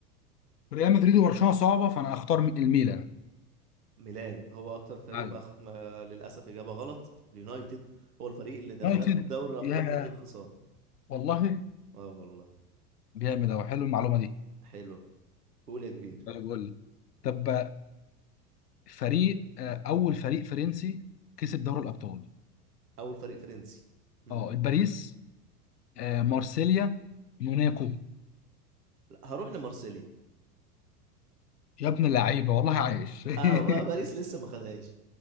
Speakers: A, on the left; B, on the right.
A: ريال مدريد وبرشلونه صعبه فانا اختار الميلان
B: ميلان هو اكتر فريق
A: ايوه
B: ما, ما للاسف اجابة غلط اليونايتد هو الفريق اللي ده
A: يونايتد
B: خد دوري الابطال
A: يا
B: من غير خسارة
A: والله
B: اه والله
A: جامد اهو حلو المعلومه دي
B: حلو قول يا كبير
A: طيب قول لي طب فريق آه، اول فريق فرنسي كسب دوري الابطال
B: اول فريق فرنسي امم
A: اه باريس آه، مارسيليا موناكو
B: لا، هروح لمارسيليا
A: يا ابن اللعيبه والله عايش
B: اه بقى
A: <laughs>
B: باريس لسه ما خدهاش